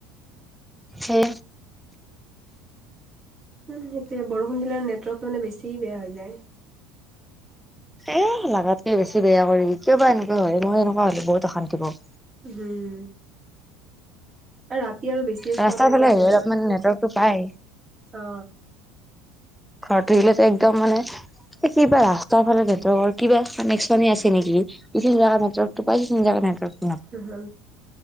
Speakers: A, in the centre; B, on the right (about 25°).
A: হে
B: উ সেইটোয়ে বৰষুণ দিলেৰ নেটৱৰ্কটো মানে বেছি বেয়া হৈ যায়
A: এ লাগাতকে বেছি বেয়া কৰি কিয় বা এনেকুৱা হয় মই এনেকুৱা হলে বহুত অশান্তি পওঁ
B: হম আৰু ৰাতি আৰু বেছিয়ে
A: ৰাস্তাৰ
B: শ্ল মাৰি
A: ফালে
B: দিয়ে
A: আহিলে
B: নেকি অলপমান
A: নেটৱৰ্কটো পায়
B: অ
A: ঘৰত থাকিলেতো একদম মানে এই কিবা ৰাস্তাৰ ফালে নেটৱকৰ কিবা কানেকশনে আছে নেকি ইখিনি জেগাত নেটৱক পাই সিখিনি জেগাত নাপাই
B: হ হ